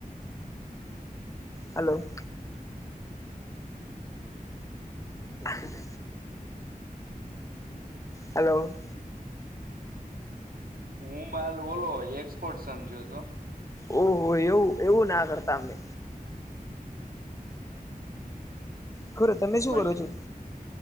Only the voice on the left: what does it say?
હલો. <inaudible> હલો.
ઓહ એવું એવું ના કરતા અમે. ખરું તમે શું
કરો છો